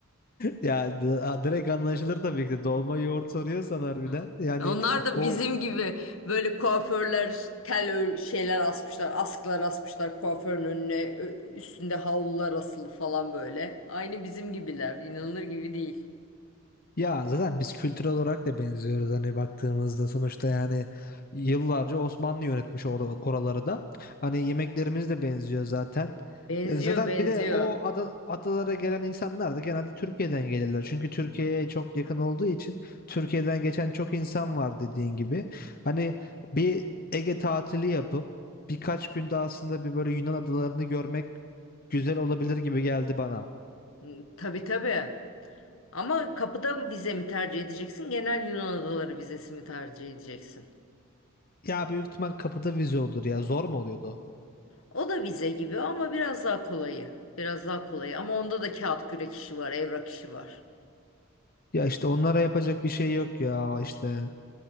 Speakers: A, on the left; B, on the left.
A: Ya d- a- direkt anlaşılır tabii ki de. Dolma yoğurt soruyorsan harbiden.
B: <laughs>
A: Yani
B: Onlar da
A: o
B: bizim gibi böyle kuaförler tel ör- şeyler asmışlar. Askılar asmışlar kuaförün önüne. ö- Üstünde havlular asılı falan böyle. Aynı bizim gibiler. inanılır gibi değil.
A: Ya zaten biz kültürel olarak da benziyoruz hani baktığımızda sonuçta yani yıllarca Osmanlı yönetmiş or- oraları da. Hani yemeklerimiz de benziyor zaten.
B: Benziyor
A: E, Zaten
B: benziyor.
A: bir de o ada, adalara gelen insanlar da genelde Türkiye'den gelirler. Çünkü Türkiye'ye çok yakın olduğu için Türkiye'den geçen çok insan var dediğin gibi. Hani bir Ege tatili yapıp birkaç günde aslında bir böyle Yunan adalarını görmek güzel olabilir gibi geldi bana.
B: Hı, Tabii tabii. Ama kapıda mı vize mi tercih edeceksin? Genel Yunan adaları vizesi mi tercih edeceksin?
A: Ya büyük ihtimal kapıda vize olur ya. Zor mu oluyordu? o?
B: O da vize gibi ama biraz daha kolayı. Biraz daha kolayı ama onda da kağıt kürek işi var, evrak işi var.
A: Ya işte onlara yapacak bir şey yok ya işte.